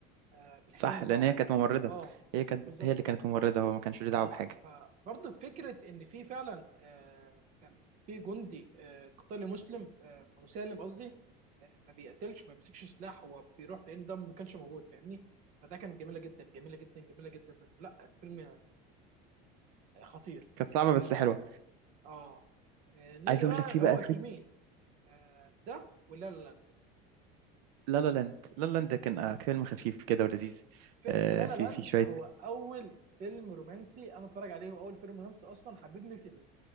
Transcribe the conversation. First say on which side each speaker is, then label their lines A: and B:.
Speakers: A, on the right; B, on the right.
A: آه بالحزام
B: صح
A: بتاعه
B: لان هي كانت ممرضة
A: اه
B: هي كانت
A: بالظبط
B: هي اللي كانت ممرضة هو ما كانش له دعوة
A: اه
B: بحاجة
A: فبرضه فكره ان في فعلا آه كان في جندي آه قتالي مسلم آه مسالم قصدي آه ما بيقتلش ما بيمسكش سلاح هو بيروح لان ده ما كانش موجود فاهمني فده كانت جميله جدا جميله جدا جميله جدا من لا الفيلم آه، خطير
B: كانت صعبة
A: خطير
B: بس
A: بجد
B: حلوة
A: اه آه، نيجي
B: عايز
A: بقى
B: اقول لك في بقى
A: هو
B: فيلم
A: فيلمين آه، ده ولا لا لاند
B: لا لا لاند لا لا لاند ده كان آه، فيلم خفيف كده ولذيذ
A: فيل-
B: آه،
A: لا لا
B: في
A: لاند
B: في شويه
A: هو اول فيلم رومانسي انا اتفرج عليه واول فيلم رومانسي اصلا حببني في